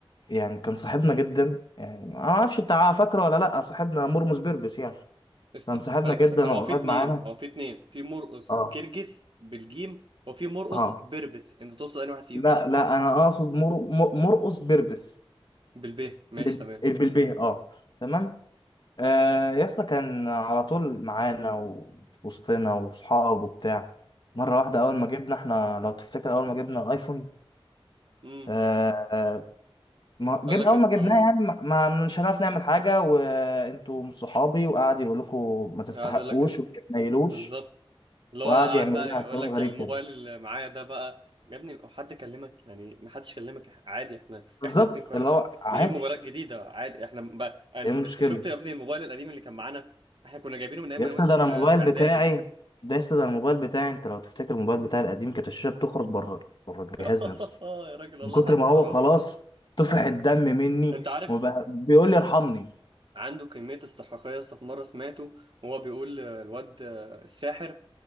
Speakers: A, on the left (about 50°); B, on the right (about 60°).
A: يعني كان صاحبنا جدا يعني انا ما اعرفش انت فاكره ولا لا صاحبنا مرمس بيربس يعني
B: است...
A: كان صاحبنا
B: است...
A: جدا
B: هو
A: وقريب
B: في اتنين
A: معانا
B: هو في اتنين في مرقص
A: اه
B: جرجس بالجيم وفي مرقص
A: اه
B: بربس انت توصل انهي واحد فيهم
A: لا لا انا اقصد مر... مر- مرقس بيربس
B: بالب ماشي
A: الب-
B: تمام
A: البلبيه اه تمام آه يا اسطى كان على طول معانا وفي وسطنا واصحابه وبتاع مره واحده اول ما جبنا احنا لو تفتكر اول ما جبنا الايفون
B: امم
A: آه، آه، ما جبنا
B: قال لك
A: اول
B: انتوا
A: ما جبناه يعني ما ما- مش هنعرف نعمل حاجه وانتوا مش صحابي وقعد يقول لكم ما تستحقوش
B: قاعد يقول لك انت
A: وما تتنيلوش
B: بالظبط اللي
A: وقعد
B: هو قاعد
A: يعمل
B: بقى
A: لنا
B: يقول
A: كلام
B: لك
A: غريب
B: الموبايل
A: كده
B: اللي معايا ده بقى يا ابني هو حد كلمك يعني ما حدش كلمك عادي احنا
A: بالظبط
B: احنا الاتنين قررنا
A: اللي هو عادي
B: نجيب موبايلات جديدة عادي احنا بقى... انت
A: ايه المشكله
B: شفت يا ابني الموبايل القديم اللي كان معانا احنا كنا جايبينه من ايام
A: يا
B: ما
A: اسطى
B: انا وانت
A: ده
B: في
A: انا الموبايل
B: في
A: بتاعي
B: اعدادي
A: ده يا اسطى ده الموبايل بتاعي انت لو تفتكر الموبايل بتاعي القديم كانت الشاشه بتخرج بره بره الجهاز
B: <laughs>
A: نفسه
B: يا راجل
A: من
B: والله
A: كتر
B: العظيم
A: ما هو
B: حرام
A: خلاص طفح الدم مني
B: انت عارف
A: وبقى بيقول لي ارحمني
B: عنده كمية استحقاقية يا اسطى في مرة سمعته وهو بيقول الواد الساحر